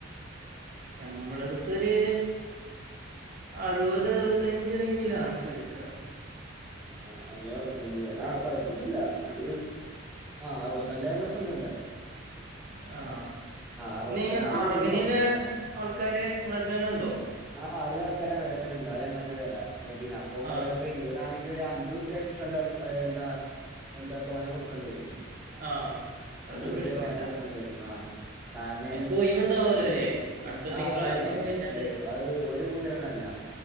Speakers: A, on the right; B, in the centre.
A: നമ്മള അടുത്തൊരു അറുപത് അറുപത്തഞ്ചിലങ്കിലണ് പൈസ
B: ആ അറുപത അറുപത്തഞ് ആഹ കൊഴപ്പൊന്നുമല്ല ഒരു ആഹ അറുപത്തഞ്ചായിരം വർഷംൊന്നുമല്ല
A: ആഹ
B: അറുപത്തഞ്ച്
A: പിന്നെ അറവിനിലെ
B: പിന്നെ
A: ആൾക്കാര് ഇങ്ങളെടുത്താനെ ഉണ്ടോ
B: ആ അറിണക്കാര വരു ഉണ്ടോ ഞങ്ങ തന്നെ തരാം ഏ പിന്ന അപ്പൊ നിങ്ങള്
A: ആഹ്
B: ഇപ്പ ഇുവതാണ ഒരു അഞ്ചൂറുപ്യ എക്സ്ട്രാ എന്താലും എന്താ എന്താ തോനെ കൊടുക്കണ്ടി വരും.
A: ആ
B: അഞ്ചു
A: അത് പ്രശ്നില്ല,
B: റുപ്യ തോനെ കൊടുക്കേണ്ടി വരും ആ കാരണം
A: അനക്ക് ഒയിവണ്ടാവലോല്ലെ
B: ഏ,
A: അടുത്ത
B: ആ
A: തിങ്കളാഴ്ചയാണ്
B: അതൊക്കെ ഉണ്ടാവും
A: വരുന്നത്.
B: ഉണ്ട് അത് ഒരു കൂട്ടരോന്ന്വല്ല